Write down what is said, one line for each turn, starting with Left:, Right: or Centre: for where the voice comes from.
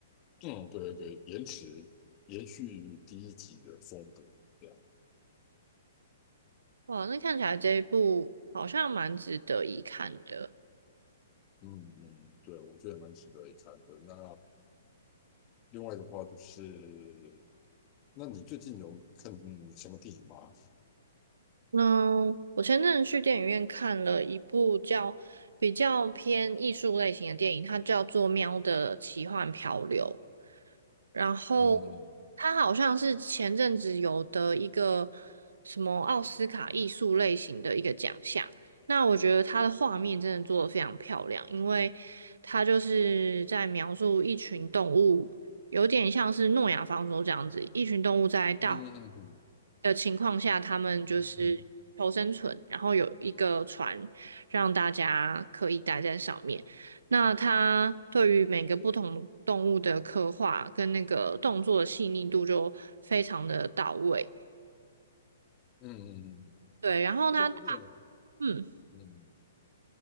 Left: 嗯对对对，延迟延续第一集的风格，这样，
Right: 哇，那看起来这一部好像蛮值得一看的。
Left: 嗯嗯，对，我觉得蛮值得一看的。那另外的话就是，那你最近有看什么电影吗？
Right: 嗯，我前阵子去电影院看了一部叫比较偏艺术类型的电影，它叫做《喵的奇幻漂流》。然后他好像是前阵子有得一个
Left: 嗯
Right: 什么奥斯卡艺术类型的一个奖项。那我觉得他的画面真的做的非常漂亮，因为他就是在描述一群动物，有点像是诺亚方舟这样子，一群动物在大
Left: 嗯嗯嗯
Right: 的情况下，他们就是求生存，
Left: 嗯
Right: 然后有一个船让大家可以待在上面。那他对于每个不同动物的刻画跟那个动作的细腻度就非常的到位。
Left: 嗯，嗯，
Right: 对，然后他，
Left: 这部电影，
Right: 嗯，
Left: 嗯